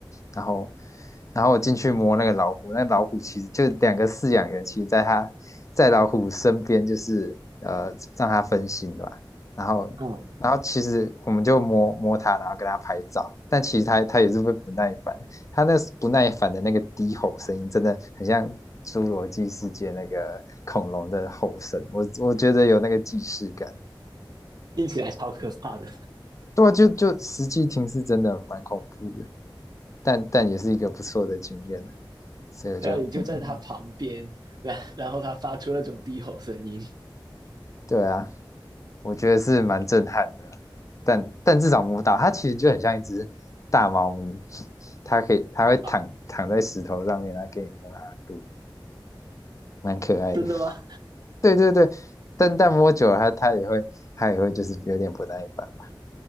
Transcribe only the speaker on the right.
嗯，
听起来超可怕的。
<laughs>
然后你就在他旁边，然然后他发出那种低吼声音
啊，
真的吗？